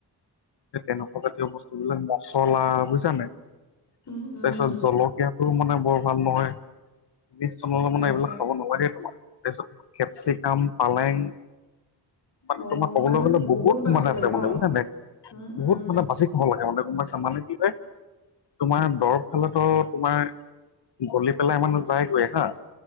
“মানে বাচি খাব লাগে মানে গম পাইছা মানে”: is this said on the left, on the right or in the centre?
Left